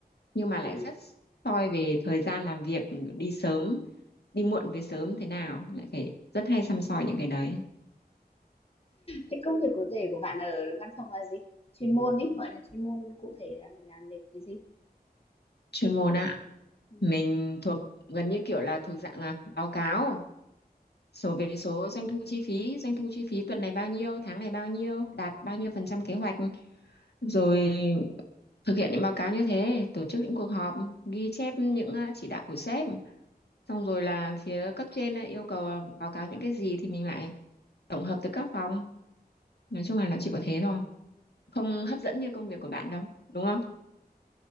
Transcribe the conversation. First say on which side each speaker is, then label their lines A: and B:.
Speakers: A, on the left; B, on the left.
A: nhưng mà lại
B: không?
A: rất soi về thời gian làm việc đi sớm đi muộn về sớm thế nào lại phải rất hay săm soi những cái đấy
B: Thế công việc cụ thể của bạn ở văn phòng là gì? Chuyên môn ấy, gọi là, chuyên môn cụ thể là làm việc cái gì?
A: chuyên môn ạ
B: Ừm,
A: mình thuộc gần như kiểu là thuộc dạng à, báo cáo số về số doanh thu chi phí doanh thu chi phí tuần này bao nhiêu tháng này bao nhiêu đạt bao nhiêu phần trăm kế hoạch rồi thực hiện những báo cáo như thế tổ chức những cuộc họp ghi chép những ờ, chỉ đạo của sếp xong rồi là phía cấp trên ờ, yêu cầu ờ, báo cáo những cái gì thì mình lại tổng hợp từ các phòng nói chung là nó chỉ có thế thôi không hấp dẫn như công việc của bạn đâu đúng không